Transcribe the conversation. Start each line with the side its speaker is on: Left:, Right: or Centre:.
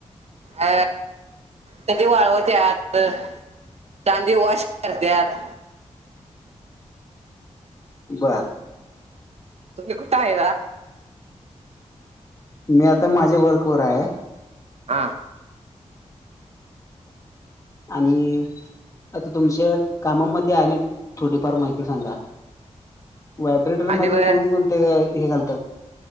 Right: अ त्यां दिवाळ तर तांदी वॉश करत्याात.
Left: बरं.
Right: तुम्ही कुठा आहे.
Left: मी आता माझ्या वर्कवर आहे
Right: हा
Left: आणि आता तुमच्या कामामध्ये आहे आणि थोडीफार माहिती सांगा व्हायब्रेटरमध्येध्ये
Right: आणि बरं
Left: कोण कोणते हे घालतात